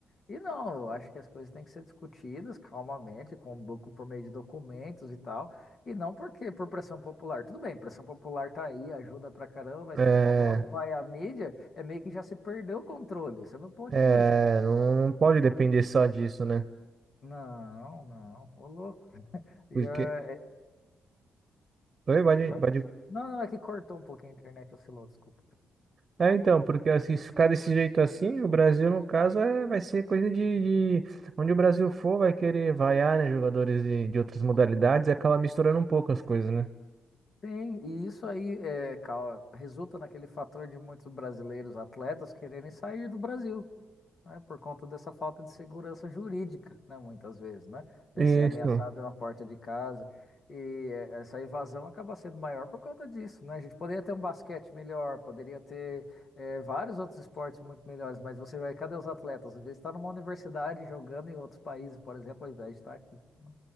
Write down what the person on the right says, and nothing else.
É,
é,
não, não pode depender só disso, né,
porque...
Oi, pode,
pode
É, então, porque assim, se ficar desse jeito assim, o Brasil, no caso, é, vai ser coisa de, de- Onde o Brasil for, vai querer vaiar, né, jogadores de, de outras modalidades e acaba misturando um pouco as coisas, né?
Isso.